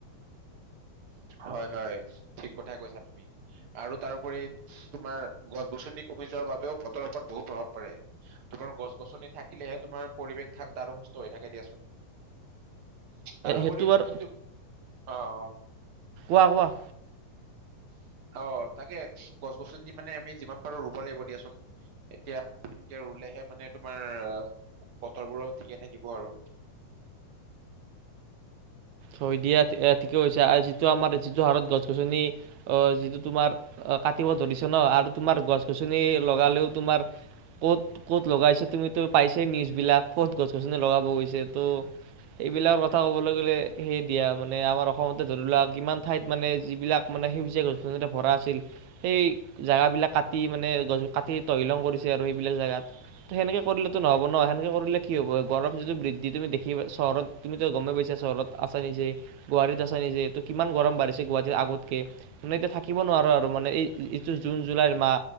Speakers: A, on the right; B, on the right.
A: হয় হয় ঠিক কথাই কৈছা তুমি আৰু তাৰোপৰি তোমাৰ গছ গছনি কমি যোৱাৰ বাবেও বতৰৰ ওপৰত বহুত প্ৰভাৱ পাৰে তোমাৰ গছ গছনি থাকিলেহে তোমাৰ পৰিৱেশ ঠাণ্ডা আৰু সুস্থ হৈ থাকে দিয়াচোন। তাৰোপৰি
B: সেইটো বাৰু
A: কিন্তু, অ', অ',
B: ৱাহ ৱাহ।
A: অ' তাকে গছ গছনি মানে আমি যিমান পাৰো ৰুব লাগিব দিয়াচোনদ, এতিয়া সকে ৰুলেহে মানে তোমাৰ বতৰবোৰ ঠিকে থাকিব আৰু।
B: হয় দিয়া ঠিকে হৈছে আৰু যিটো আমাৰ যিটো হাৰত গছ গছনি আহ যিটো তোমাৰ ক কাতিব ধৰিছো ন আৰু তোমাৰ গছ গছ গছনি লগালেও তোমাৰ ক'ত ক'ত লগাইছে, তুমিতো পাইছেই নিউজবিলাক, ক'ত গছ গছনি লগাব গৈছে, ত' এইবিলাকৰ কথা ক'বলৈ গ'লে সেই দিয়া মানে, আমাৰ অসমতে ধৰি লোৱা, কিমান ঠাইত মানে যিবিলাক মানে সেউজীয়া গছতে ভৰা আছিল, সেই জোগাবিলাক কাটি মানে, গছ কাটি তহিলং কৰি আৰু সেইবিলাক জোগাত, ত' সেনেকে কৰি নহ'ব ন, সেনেকে কৰিলে কি হ'ব, গৰম যিটো বৃদ্ধি তুমি দেখিবা চহৰত, তুমি তু' গম পাইা চহৰত আছা নিজে, গুৱাহাটীত আছা নিজে, ত' কিমান গৰম বাঢ়িছে গুৱাহাটীত আগতকে, মানে এতিয়া থাকিব নোৱাৰো আৰু, মানে এই এইটো জুন জুলাইৰ মাহ,